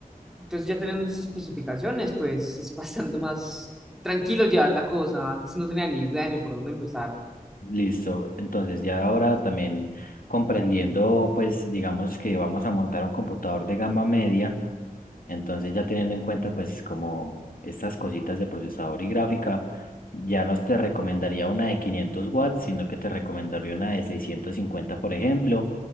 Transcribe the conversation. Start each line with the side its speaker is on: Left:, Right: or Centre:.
Centre: Entonces ya teniendo esas especificaciones, pues es bastante más tranquilo llevar la cosa. Antes no tenía ni idea ni por dónde empezar.
Left: Listo. Entonces, ya ahora también comprendiendo, pues digamos que vamos a montar un computador de gama media, entonces ya teniendo en cuenta pues como estas cositas de procesador y gráfica, ya no te recomendaría una de 500 watts, sino que te recomendaría una de 650 por ejemplo,